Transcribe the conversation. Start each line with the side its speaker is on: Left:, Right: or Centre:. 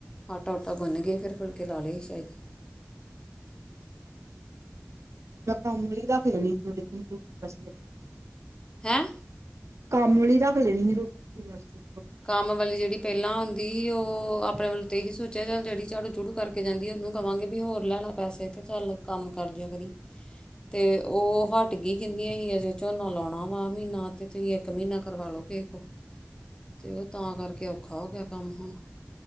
Left: ਆਟਾ ਊਟਾ ਗੁੰਨ ਗੇ ਫਿਰ ਫੁਲਕੇ ਲਾ ਲਏ ਸੀ ਸ਼ੈਦ
Right: ਮੈਂ ਕੰਮ ਆਲੀ ਰੱਖ ਲੈਨੀ ਐ ਥੋੜੇ <unintelligible> ਦਿਨਾਂ ਵਾਸਤੇ
Left: ਹੈਂ
Right: ਕੰਮ ਆਲੀ ਰੱਖ ਲੈਨੀ ਆ, ਥੋੜੇ ਜੇ ਦਿਨ ਵਾਸਤੇ
Left: ਕੰਮ ਵਾਲੀ ਜੇੜੀ ਪੈਲਾਂ ਆਂਦੀ ਸੀ ਓ ਆਪਨੇ ਵੱਲੋ ਤਾਂ ਏਹੀ ਸੋਚੇਆ ਚੱਲ ਜੇੜੀ ਝਾੜੂ ਝੂੜੂ ਕਰਕੇ ਜਾਂਦੀ ਆ ਓਨੂੰ ਕਵਾਂਗੇ ਵੀ ਹੋਰ ਲੈ ਲੈ ਪੈਸੇ ਤੇ ਚੱਲ ਕੰਮ ਕਰਜਿਆ ਕਰੀਂ, ਤੇ ਓ ਹੱਟ ਹਟਗੀ ਕੈਂਦੀਆਂ ਸੀ ਅਜੇ ਝੋਨਾ ਲੌਣਾ ਵਾਂ ਆ ਮੀਨਾ ਤੇ ਤੁਸੀਂ ਇੱਕ ਮੀਨਾ ਕਰਵਾ ਲੋ ਕਿਸੇ ਕੋ। ਤੇ ਓ ਤਾਂ ਕਰਕੇ ਔਖਾ ਹੋ ਗਿਆ ਕੰਮ ਹੁਨ।